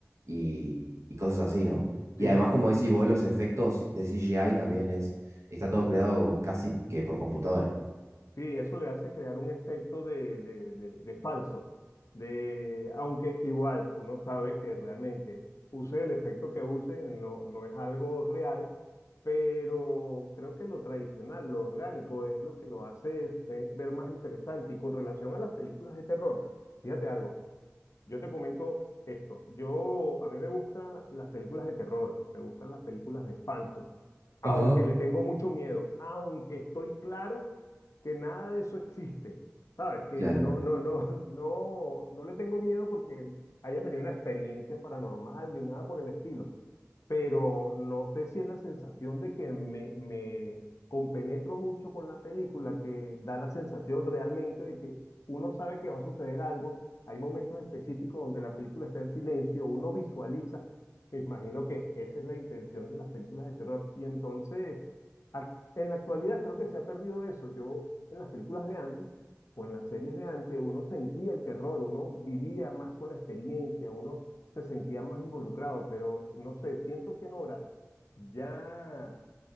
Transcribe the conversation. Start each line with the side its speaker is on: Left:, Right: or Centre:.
Right: y, y cosas así, ¿no?
Left: Sí,
Right: Y además,
Left: sí.
Right: como decís vos, los efectos de CGI también es, está todo creado casi que por computadora.
Left: Sí, eso le hace crear un efecto de, de- de- de falso, de, aunque igual uno sabe que realmente use el efecto que use, no, no es algo real, pero creo que lo tradicional, lo orgánico es lo que lo hace este, ver más interesante. Y con relación a las películas de terror, fíjate algo, yo te comento esto. Yo, a mí me gustan las películas de terror, me gustan las películas de espanto, aunque
Right: Ajá.
Left: le tengo mucho miedo, aunque estoy claro que nada de eso existe, ¿sabes? Que
Right: Claro.
Left: no, no, no, <laughs> no, no le tengo miedo porque haya tenido una experiencia paranormal ni nada por el estilo pero no sé si es la sensación de que me, me compenetro mucho con la película, que da la sensación realmente de que uno sabe que va a suceder algo. Hay momentos específicos donde la película está en silencio, uno visualiza. Me imagino que esa es la intención de las películas de terror. Y entonces, ac- en la actualidad creo que se ha perdido eso. Yo, en las películas de antes, o en las series de antes, uno sentía el terror, uno vivía más con la experiencia, uno se sentía más involucrado, pero no sé, siento que ahora ya,